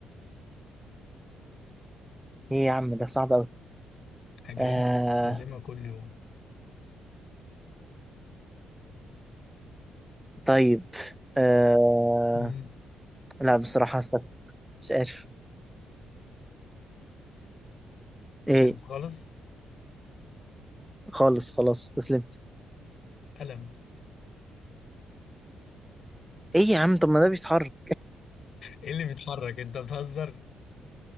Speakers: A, in the centre; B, on the left.
A: ايه يا عم ده صعب قوي
B: حاجه
A: آه
B: انت بتستخدمها كل يوم
A: طيب آه
B: مم.
A: لا بصراحه هستسلم مش عارف
B: مش
A: ايه
B: عارف خالص
A: خالص خلاص استسلمت
B: قلم
A: ايه يا عم طب ما ده بيتحرك
B: ايه اللي بيتحرك انت بتهزر